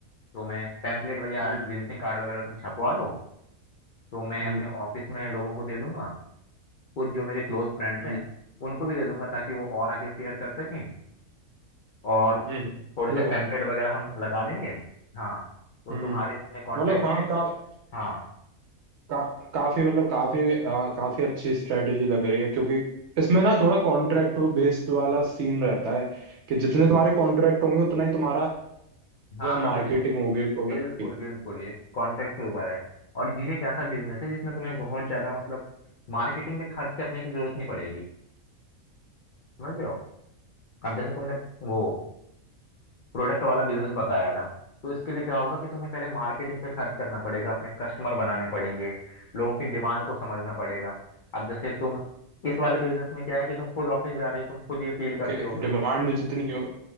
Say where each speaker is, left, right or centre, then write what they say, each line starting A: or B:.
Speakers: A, on the left; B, on the right.
A: तो मैं पैम्पलेट वगैरह
B: हम्म
A: विजिटिंग कार्ड वगैरह तुम छपवा लो तो मैं
B: हम्म
A: अपने ऑफिस में लोगों को दे दूंगा कुछ जो मेरे क्लोज फ्रेंड्स
B: हम्म
A: हैं उनको भी दे दूंगा ताकि वो और आगे शेयर कर सकें और
B: हम्म
A: थोड़े
B: मतलब
A: से पैम्पलेट
B: हाँ
A: वगैरह हम लगा देंगे हाँ तो
B: हम्म
A: तुम्हारे इतने कांटेक्ट
B: मतलब हाँ
A: हैं
B: काफ,
A: हाँ
B: का, काफी मतलब काफी आ, काफी अच्छी स्ट्रेटेजी लग रही है क्योंकि इसमें ना थोड़ा कॉन्ट्रैक्ट बेस्ड वाला सीन रहता है कि जितने तुम्हारे कॉन्ट्रैक्ट होंगे उतना ही तुम्हारा
A: हाँ
B: होगा
A: हाँ
B: मार्केटिंग
A: बिल्कुल
B: होगी प्रोडक्ट
A: बिल्कुल
B: की
A: बिल्कुल इस कॉन्टेक्ट के ऊपर है और ये एक ऐसा बिजनेस है जिसमें तुम्हें बहुत ज्यादा मतलब मार्केटिंग पे खर्च करने की जरूरत नहीं पड़ेगी समझ रहे हो अब जैसे तुमने वो प्रोडक्ट वाला बिजनेस बताया था तो इसके लिए क्या होगा कि तुम्हें पहले मार्केटिंग पे खर्च करना पड़ेगा अपने कस्टमर बनाने पड़ेंगे लोगों की डिमांड को समझना पड़ेगा अब जैसे तुम इस वाले बिजनेस में क्या है कि तुम खुद ऑफिस जा रहे हो तुम खुद ये फील करते
B: कि
A: होगे
B: डिमांड जितनी हो